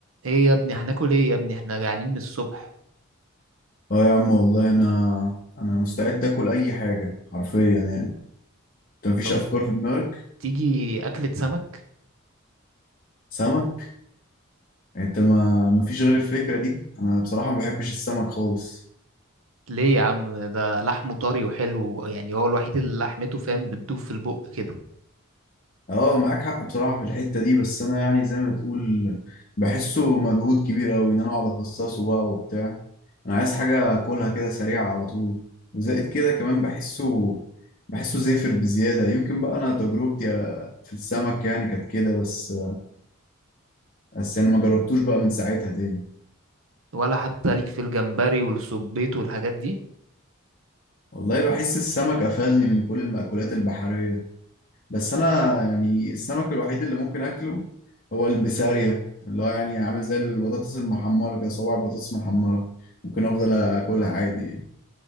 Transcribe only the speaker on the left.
اه يا عم والله انا انا مستعد اكل اي حاجه حرفيا يعني انت مفيش
افكار في دماغك
سمك يعني انت ما مفيش غير الفكره دي انا بصراحه ما بحبش السمك خالص
اه معاك حق بصراحه في الحته دي بس انا يعني زي ما تقول بحسه مجهود كبير قوي ان انا اقعد افصصه بقى وبتاع انا عايز حاجه اكلها كده سريعه على طول وزائد كده كمان بحسه بحسه زافر بزياده يمكن بقى انا تجربتي في السمك يعني كانت كده بس بس انا ما جربتوش بقى من ساعتها تاني
والله بحس السمك قفلني من كل المأكولات البحرية بس أنا يعني السمك الوحيد اللي ممكن أكله هو البسارية اللي هو يعني عامل زي البطاطس المحمرة كده صوابع بطاطس محمرة ممكن أفضل أكلها عادي يعني